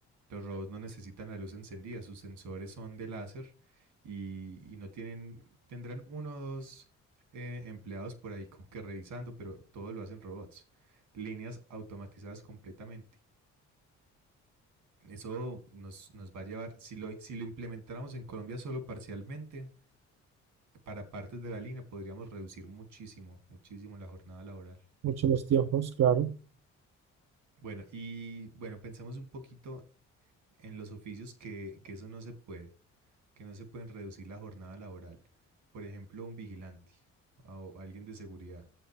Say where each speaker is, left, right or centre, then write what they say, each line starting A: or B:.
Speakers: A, on the right (about 75°); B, on the right (about 60°).
A: Los robots no necesitan la luz encendida, sus sensores son de láser y, y no tienen, tendrán uno o dos eh, empleados por ahí como que revisando, pero todo lo hacen robots. Líneas automatizadas completamente. Eso nos, nos va a llevar, si lo, si lo implementáramos en Colombia solo parcialmente, para partes de la línea podríamos reducir muchísimo, muchísimo la jornada laboral.
B: muchos los tiempos, claro.
A: Bueno, y bueno, pensemos un poquito en los oficios que, que eso no se puede, que no se pueden reducir la jornada laboral. Por ejemplo, un vigilante o alguien de seguridad.